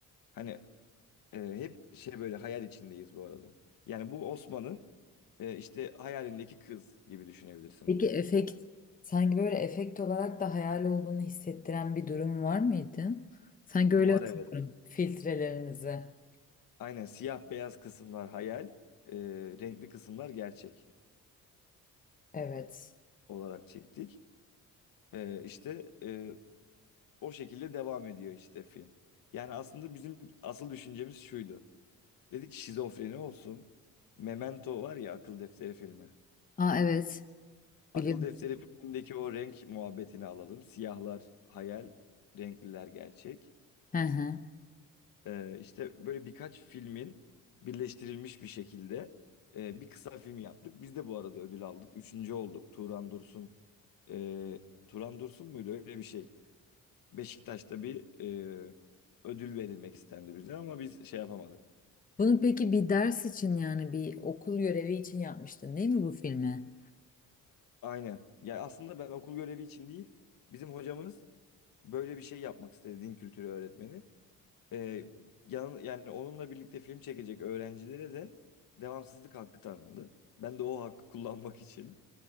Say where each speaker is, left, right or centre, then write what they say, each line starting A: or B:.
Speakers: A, on the left; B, on the left.
A: Hani e, hep şey böyle hayal içindeyiz bu arada. Yani bu Osman'ın e, işte hayalindeki kız gibi düşünebilirsin
B: Peki
A: onu.
B: efekt, sanki böyle efekt olarak da hayal olduğunu hissettiren bir durum var mıydı? Sanki
A: Var
B: öyle hatırlıyorum.
A: evet.
B: Filtrelerinizi.
A: Aynen siyah beyaz kısımlar hayal, e, renkli kısımlar gerçek
B: Evet.
A: olarak çektik. Ee, işte e, o şekilde devam ediyor işte film. Yani aslında bizim asıl düşüncemiz şuydu. Dedik ki şizofreni olsun. Memento var ya akıl defteri filmi.
B: Aa evet.
A: Akıl
B: Biliyorum.
A: defteri filmindeki o renk muhabbetini alalım. Siyahlar hayal, renkliler gerçek.
B: Hı hı.
A: Ee, işte böyle birkaç filmin birleştirilmiş bir şekilde e, bir kısa film yaptık. Biz de bu arada ödül aldık. Üçüncü olduk. Turan Dursun. e, Turan Dursun muydu? Öyle bir şey. Beşiktaş'ta bir e, ödül verilmek istendi bize ama biz şey yapamadık.
B: Bunu peki bir ders için yani bir okul görevi için yapmıştın değil mi bu filmi?
A: Aynen. Ya aslında ben okul görevi için değil, bizim hocamız böyle bir şey yapmak istedi din kültürü öğretmeni. E, yan, yani onunla birlikte film çekecek öğrencilere de devamsızlık hakkı tanındı. Ben de o hakkı kullanmak için